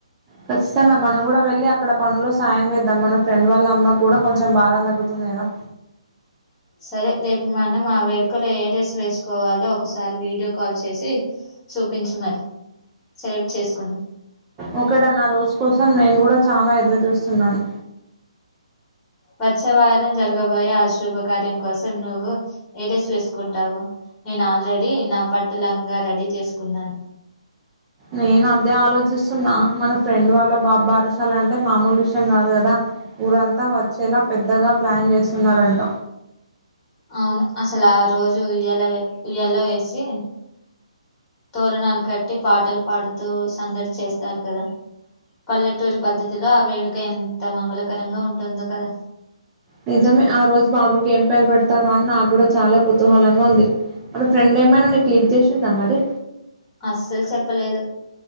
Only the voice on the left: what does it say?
సరే రేపు మనం ఆ వేడుకలో ఏ డ్రెస్ వేసుకోవాలో ఒకసారి వీడియో కాల్ చేసి చూపించు మరి సెలెక్ట్ చేసుకుందాం
వచ్చె వారం జరగబోయే ఆ శుభ కార్యం కోసం నువ్వు ఏడ్రెస్ వేసుకుంటావు నేను ఆల్రెడీ నా పట్టులంగా రెడీ చేసుకున్నాను
అవును అసలు ఆ రోజు ఉయ్యాల ఉయ్యల్లొ వేసి తోరణాలు కట్టి పాటలు పాడుతూ సందడి చేస్తారు కదా పల్లెటూరి పద్ధతిలో ఆ వేడుక ఎంత మంగళకరంగా ఉంటుందో కదా
అస్సల్ చెప్పలేదు.